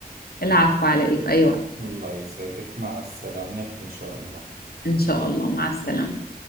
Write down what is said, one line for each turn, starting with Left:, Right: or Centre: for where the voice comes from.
Left: العفو على إيه في أي وقت
Right: الله يسعدك مع السلامة نحكي إن شاء الله
Left: إن شاء الله مع السلامة